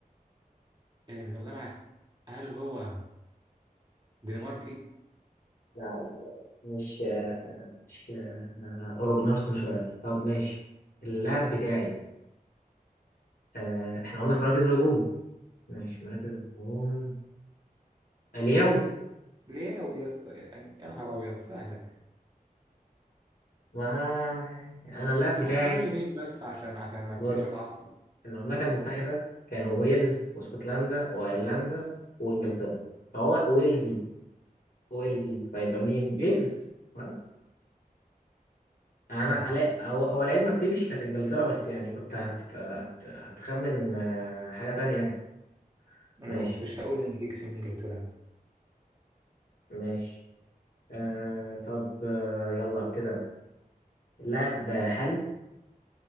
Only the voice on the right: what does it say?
آه... والله ما عارف هل هو دنماركي
ليه أوي يا اسطى يعني يا نهار أبيض سهلة
أنت
مختار لي مين بس عشان عشان ما ابتديش
أتعصب
جيكس
ماشي
أنا
ما كنتش هقول إن جيكس من إنجلترا يعني.